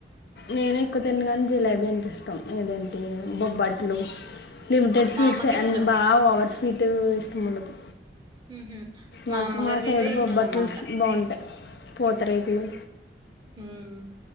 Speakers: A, on the left (about 60°); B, on the right (about 25°).
A: నేనే తినను గాని జిలేబీ అంటే ఇష్టం ఏదంటే బొబ్బట్లు లిమిటెడ్
B: మా
A: స్వీట్సే
B: అమ్మకి ఇష్టం
A: ఎం బా ఓవర్ స్వీట్ ఇష్టముండదు
B: ఊహూ
A: నాకు
B: అమ్మగారికి
A: మా సైడ్
B: అయితే
A: బొబ్బట్టుల్స్
B: ఇష్టం అనమాట
A: బాగుంటాయ్ పోతరేకులు
B: ఉమ్